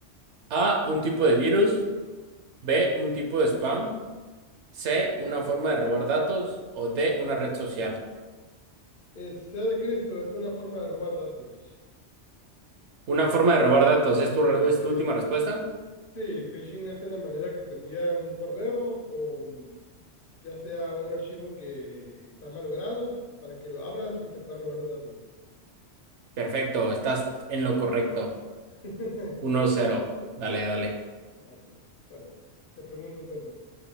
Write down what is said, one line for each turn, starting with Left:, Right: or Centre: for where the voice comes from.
Right: A, un tipo de virus. B, un tipo de spam. C, una forma de robar datos. O D, una red social.
Left: El C de Cristo es una forma de robar datos.
Right: Una forma de robar datos, ¿es tu, re- es tu
Left: Sí.
Right: última respuesta?
Left: Sí, phishing es una manera que te envían un correo con ya sea un archivo que está malogrado para que lo abras y te puedan robar los datos.
Right: Perfecto, estás en lo correcto.
Left: <laughs>
Right: Uno
Left: Por
Right: cero,
Left: supuesto.
Right: Dale, dale.
Left: Vale. Bueno, te pregunto entonces,